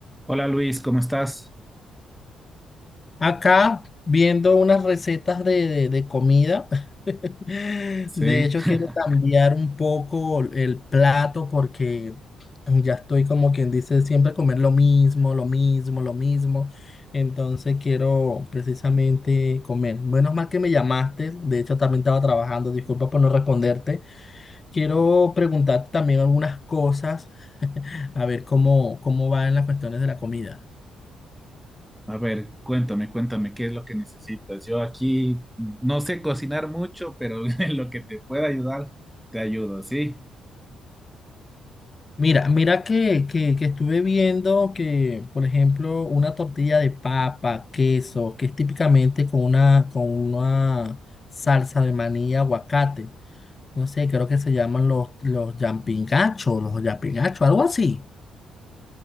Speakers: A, in the centre; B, on the left (about 35°).
A: Hola Luis, ¿cómo estás?
B: Acá viendo unas recetas de, de- de comida. <laughs>
A: Sí.
B: De hecho,
A: <laughs>
B: quiero cambiar un poco el plato porque mm, ya estoy como quien dice siempre comer lo mismo, lo mismo, lo mismo. Entonces quiero precisamente comer. Menos mal que me llamaste. De hecho, también estaba trabajando. Disculpa por no responderte. Quiero preguntarte también algunas cosas, a ver cómo, cómo va en las cuestiones de la comida.
A: A ver, cuéntame, cuéntame, ¿qué es lo que necesitas? Yo aquí no sé cocinar mucho, pero <laughs> en lo que te pueda ayudar, te ayudo, ¿sí?
B: Mira, mira que, que, que estuve viendo que, por ejemplo, una tortilla de papa, queso, que es típicamente con una, con una salsa de maní y aguacate. No sé, creo que se llaman los, los yampingachos, los yapingachos, algo así.